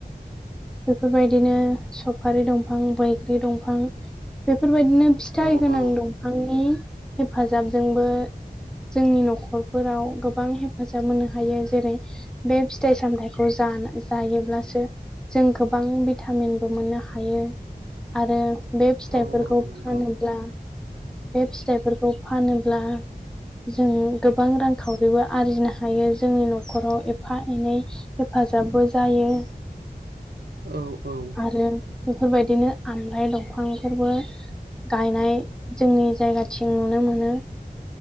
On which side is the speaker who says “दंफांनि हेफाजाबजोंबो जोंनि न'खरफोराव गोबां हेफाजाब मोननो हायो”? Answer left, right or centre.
Centre